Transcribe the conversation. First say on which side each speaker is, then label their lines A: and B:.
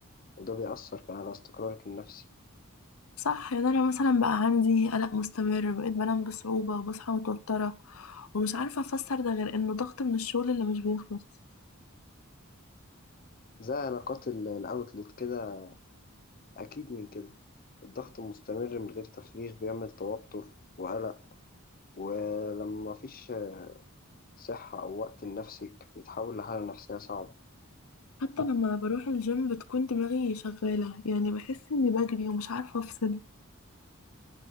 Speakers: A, on the left (about 40°); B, on the left (about 80°).
A: وده بيأثر كمان على استقرارك النفسي
B: صح يعني انا مثلا بقى عندي قلق مستمر بقيت بنام بصعوبة وبصحى متوترة ومش عارفة افسر ده غير انه ضغط من الشغل اللي مش بيخلص
A: زي علاقات ال- الأوتلت كده أكيد من كده الضغط المستمر من غير تفريغ بيعمل توتر وقلق ولما مفيش صحة أو وقت لنفسك بيتحول لحالة نفسية صعبة
B: حتى لما بروح الجيم بتكون دماغي شغالة يعني بحس اني بجري ومش عارفة افصل